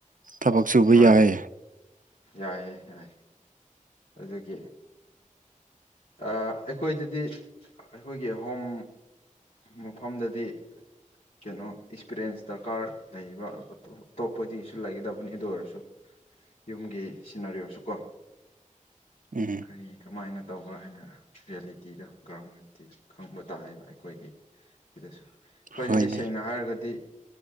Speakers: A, on the right (about 75°); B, on the left (about 75°).
A: ꯊꯕꯛ ꯁꯨꯕ
B: ꯍꯣꯏ
A: ꯌꯥꯏꯌꯦ
B: ꯌꯥꯏꯌꯦ ꯌꯥꯏ ꯑꯗꯨꯒꯤ꯫ ꯑꯥ ꯑꯩꯈꯣꯏꯗꯗꯤ ꯑꯩꯈꯣꯏꯒꯤ ꯍꯣꯝ꯫ ꯃꯐꯝꯗꯗꯤ ꯀꯩꯅꯣ ꯑꯦꯛꯄꯤꯔꯤꯌꯦꯟꯁ ꯗꯔꯀꯥꯔ ꯂꯩꯕ ꯄꯣꯠꯇꯣ ꯑꯇꯣꯞꯄꯗꯒꯤꯁꯨ ꯂꯩꯒꯗꯕꯅꯤ ꯑꯗꯨ ꯑꯣꯏꯔꯁꯨ ꯌꯨꯝꯒꯤ ꯁꯤꯅꯔꯤ ꯑꯣꯏꯔꯁꯨ ꯀꯣ
A: ꯎꯝ꯫
B: ꯀꯔꯤ ꯀꯃꯥꯏꯅ ꯇꯧꯕ꯭ꯔꯥ ꯍꯥꯏꯅ ꯔꯤꯌꯦꯂꯤꯇꯤꯗ ꯒ꯭ꯔꯥꯎꯟ ꯔꯤꯌꯦꯂꯤꯇꯤꯗ ꯈꯪꯕ ꯇꯥꯏꯕ ꯑꯩꯈꯣꯏꯒꯤ ꯁꯤꯗꯁꯨ ꯑꯩꯈꯣꯏ
A: ꯍꯣꯏꯅꯦ
B: ꯑꯗꯨꯗꯤ ꯁꯦꯡꯅ ꯍꯥꯏꯔꯒꯗꯤ